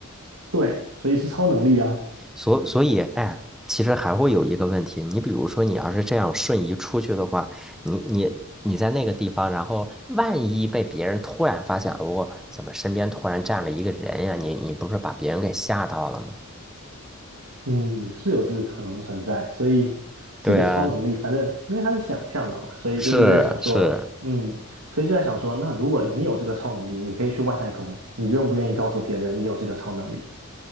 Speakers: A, on the right; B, in the centre.
A: 对，所以是超能力啊。
B: 所所以，哎，其实还会有一个问题，你比如说，你要是这样瞬移出去的话，你你你在那个地方，然后万一被别人突然发现，哦，怎么身边突然站了一个人呀？你你不是把别人给吓到了吗？
A: 嗯，是有这个可能存在，所以这个超能力，
B: 对啊，
A: 反正因为它是想象的嘛，所以就是在想说，
B: 是是，
A: 嗯，所以就在想说，那如果你有这个超能力，你可以去外太空，你愿不愿意告诉别人你有这个超能力？